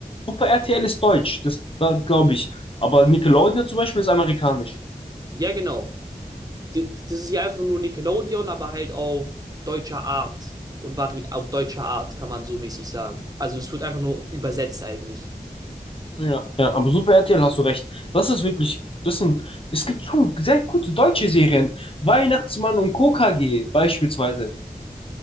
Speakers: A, on the left (about 35°); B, on the right (about 25°).
A: Super RTL ist deutsch, das, da glaube ich. Aber Nickelodeon zum Beispiel ist amerikanisch.
B: Ja, genau. di- Das ist ja einfach nur Nickelodeon, aber halt auf deutscher Art und vari auf deutscher Art, kann man so mäßig sagen. Also es wird einfach nur übersetzt eigentlich.
A: Ja, ja, aber Super RTL hast du recht. Das ist wirklich, das sind, es gibt schon sehr gute deutsche Serien. Weihnachtsmann und K K G beispielsweise.